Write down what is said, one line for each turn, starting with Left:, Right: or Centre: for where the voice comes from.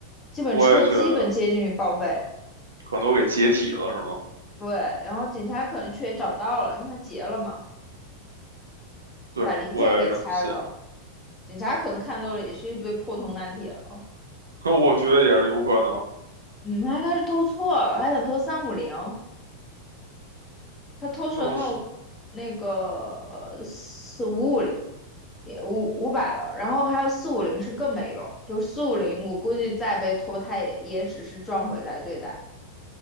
Left: 基本车基本接近于报废。
Right: 我也觉得，可能都给解体了，是吗？
Left: 对，然后警察可能去也找不到了，因为他结了嘛，就把零件给拆了。
Right: 对，我也这么想。
Left: 警察可能看到的也是一堆破铜烂铁了。
Right: 那我觉得也是有可能。
Left: 嗯，他应该是偷错了，还想偷三五零。他偷成了那个四五五零，
Right: 那我是
Left: 也五五百了，然后还有四五零是更没用，就四五零我估计再被偷，他也也只是赚回来对待，